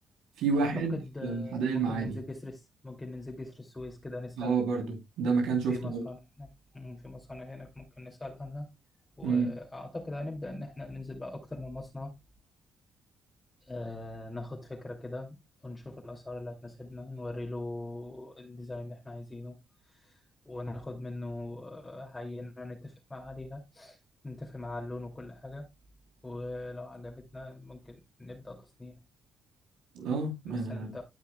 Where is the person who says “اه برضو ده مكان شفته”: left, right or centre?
Right